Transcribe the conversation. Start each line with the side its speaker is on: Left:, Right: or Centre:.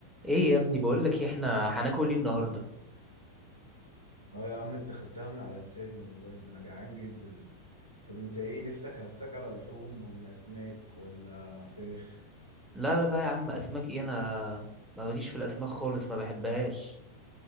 Centre: ايه يا ابني بقول لك إيه، احنا هناكل ايه النهارده
Right: اه يا عم انت خدتها من على لساني والله ده انا جعان جدا طب انت ايه نفسك هفاك على لحوم ولا اسماك ولا فراخ
Centre: لا لا لا يا عم اسماك ايه انا ما بديش في الاسماك خالص ما بحبهاش